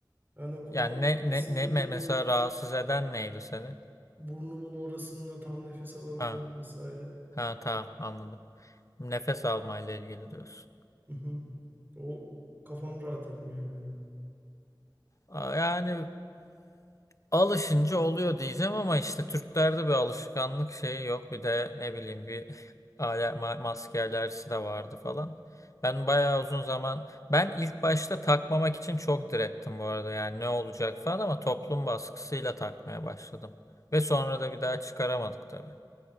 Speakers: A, on the right (about 25°); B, on the left (about 40°).
A: Yani o kulağımın
B: Yani ne
A: arkasında
B: ne ne me-
A: duruyor.
B: mesela rahatsız eden neydi seni?
A: Burnumun orasında tam nefes alamıyorum
B: Ha
A: vesaire.
B: ha tamam anladım. Nefes almayla ilgili diyorsun.
A: Hı hı. O kafam rahat etmiyor yani.
B: Aa, Yani alışınca oluyor diyeceğim ama işte Türklerde bir alışkanlık şeyi yok. Bir de ne bileyim bir <laughs> ale- ma- maske alerjisi de vardı falan. Ben bayağı uzun zaman ben ilk başta takmamak için çok direttim bu arada. Yani ne olacak falan ama toplum baskısıyla takmaya başladım. Ve sonra da bir daha çıkaramadık tabii.